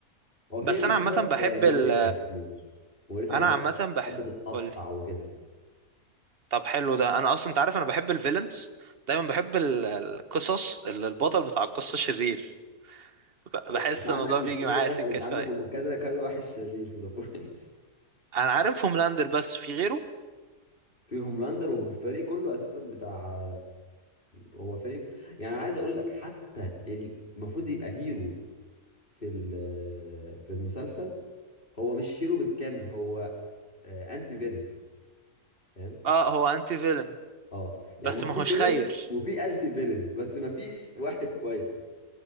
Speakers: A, on the left; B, on the right.
A: هو فيها
B: بس
A: مشاهد
B: انا عامه بحب
A: آه، مقرفة
B: ال...
A: كتير مقرفة
B: انا
A: اللي هو
B: عامه بح
A: كانت بتتقطع
B: قولي
A: وكده
B: طب حلو ده انا اصلا انت عارف انا بحب الفيلنز دايما بحب ال- القصص اللي البطل بتاع القصه شرير ب- بحس
A: انت عندك
B: ان الموضوع
A: مش
B: بيجي
A: شرير
B: معايا
A: واحد
B: سكه
A: انت
B: شويه
A: عندك هم كذا كذا واحد شرير في ذا بويز
B: انا عارف هوملاندر بس في غيره
A: <laughs> في هوملاندر والفريق كله اساسا بتاع هو فريق يعني عايز اقول لك حتى المفروض يبقى هيرو في ال- في المسلسل هو مش هيرو بالكامل هو انتي فيلن فاهم
B: اه هو انتي فيلن
A: اه
B: بس
A: يعني هو
B: ما
A: في
B: هوش
A: فيلن
B: خير
A: وفي انتي فيلن بس ما فيش واحد كويس